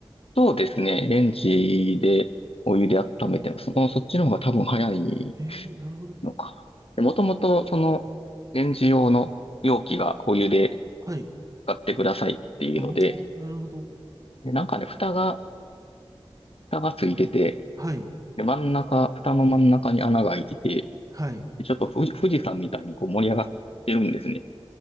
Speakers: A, on the left; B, on the right.
A: そうですね。レンジでお湯で温めてます。もうそっちの方が多分早い
B: ええなるほど。
A: のかな。で、もともとそのレンジ用の容器がお湯で
B: はい。
A: 使ってくださいっていうので、
B: ああ、なるほど。
A: で、なんかね、蓋が、蓋がついてて、
B: はい。
A: で、真ん中、蓋の真ん中に穴が開いてて、
B: はい。
A: で、ちょっと富士、富士山みたいにこう盛り上がってるんですね。